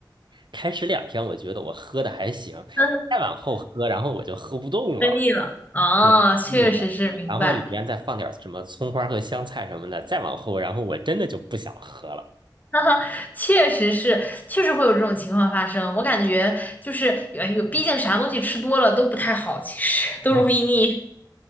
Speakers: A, on the right (about 80°); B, on the left (about 20°).
A: 开始两天我觉得我喝的还行，
B: <laughs> 呵呵，
A: 再往后喝，然后我就喝不动了。
B: 喝腻了。啊！
A: 对，
B: 确实是，
A: 腻了，
B: 明白。
A: 然后里边再放点什么葱花和香菜什么的，再往后，然后我真的就不想喝了
B: 哈哈，确实是，确实会有这种情况发生。我感觉就是，哎呦，毕竟啥东西吃多了都不太好，其实都容易腻。
A: 啊。